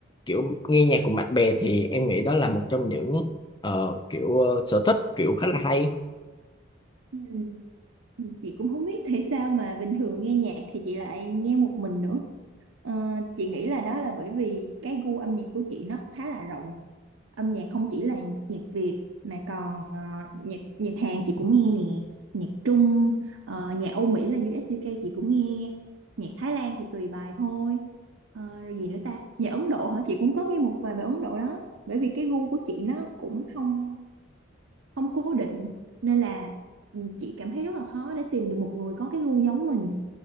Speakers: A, on the left; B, on the right.
A: kiểu nghe nhạc cùng bạn bè thì em nghĩ đó là một trong những ờ, kiểu ờ, sở thích kiểu khá là hay
B: Ừ. Ừ, Chị cũng không biết tại sao mà bình thường nghe nhạc thì chị lại nghe một mình nữa. Ờ, chị nghĩ là đó là bởi vì cái gu âm nhạc của chị nó khá là rộng. Âm nhạc không chỉ là nhạc Việt mà còn ờ, nhạc nhạc Hàn chị cũng nghe nè, nhạc Trung, ờ, nhạc Âu Mỹ là US UK chị cũng nghe, nhạc Thái Lan thì tùy bài thôi. Ờ, rồi gì nữa ta? Nhạc Ấn Độ hả? Chị cũng có nghe một vài bài Ấn Độ đó. Bởi vì cái gu của chị nó cũng không không cố định nên là ừ, chị cảm thấy rất là khó để tìm được một người có cái gu giống mình